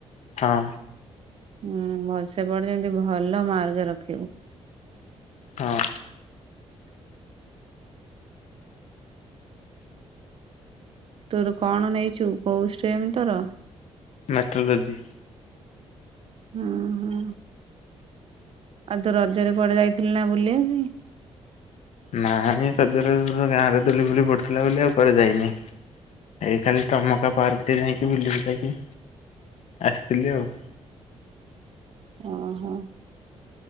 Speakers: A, on the left; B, on the right.
A: ହଁ।
B: ହୁଁ ଭଲସେ ପଢ ଯେମତି ଭଲ ମାର୍କ ରଖିବୁ।
A: ହଁ।
B: ତୋର କଣ ନେଇଛୁ କୋଉ ଷ୍ଟ୍ରିମ୍ ତୋର?
A: ମେଟ୍ରୋଲୋଜି।
B: ହୁଁ ହୁଁ। ଆଉ ତୁ ରଜରେ କୁଆଡେ ଯାଇଥିଲୁ ନା ବୁଲିବା ପାଇଁ।
A: ନାରଜରେ ଗାଁ ରେ ଦୁଲି ଫୁଲି ପଡିଥିଲା ବୋଲି ଆଉ କୁଆରେ ଯାଇନି। ଏ ଖାଲି ତମକା ପାର୍କରେ ଯାଇକି ବୁଲି ବୁଲାକି ଆସିଥିଲି ଆଉ।
B: ଓ ହୋ।